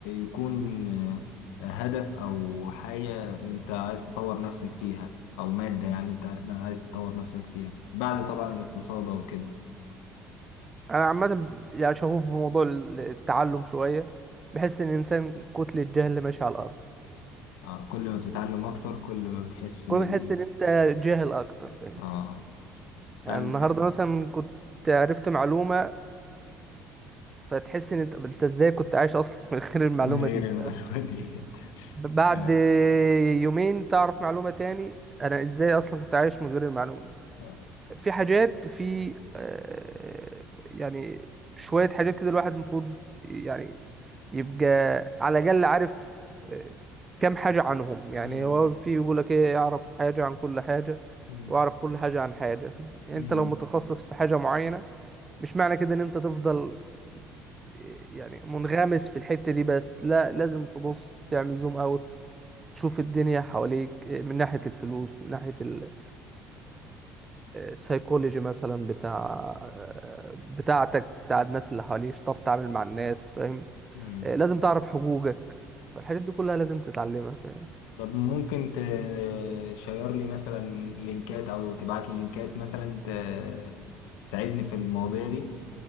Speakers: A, on the left; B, on the right.
A: يكون آه، هدف او حاجة انت عايز تطور نفسك فيها او مادة يعني انت عايز تطور نفسك فيها بعد طبعا الاقتصاد او كده
B: انا عامه يعني شغوف بموضوع التعلم شويه بحس ان الانسان كتله جهل ماشي على الارض
A: آه كل ما بتتعلم أكتر كل ما بتحس
B: كل
A: بال
B: ما تحس ان انت جاهل اكتر فاهم
A: آه فأنت
B: يعني النهارده مثلا كنت عرفت معلومه فتحس ان انت انت ازاي كنت عايش اصلا <laughs> من غير المعلومه
A: من غير
B: دي
A: المعلومة ديت <laughs>
B: بعد
A: كلام.
B: يومين تعرف معلومه تاني انا ازاي اصلا كنت عايش من غير المعلومه
A: آه.
B: في حاجات وفي آه، يعني شوية حاجات كده الواحد المفروض يعني يبقى على الأقل عارف آه، كام حاجة عنهم يعني
A: مم.
B: هو في يقول لك إيه يعرف حاجة عن كل حاجة
A: مم.
B: وأعرف كل حاجة عن حاجة أنت
A: مم.
B: لو متخصص في حاجة معينة مش معنى كده إن أنت تفضل آه، يعني منغمس في الحتة دي بس لا لازم تبص تعمل زوم أوت تشوف الدنيا حواليك آه، من ناحية الفلوس من ناحية ال... سايكولوجي مثلا بتاع آه، بتاعتك بتاع الناس اللي حواليك تعرف تتعامل مع الناس فاهم
A: مم.
B: آه، لازم تعرف حقوقك الحاجات دي كلها لازم تتعلمها فاهم
A: طب ممكن تشير لي مثلا لينكات أو تبعت لي لينكات مثلا ت- تساعدني في المواضيع دي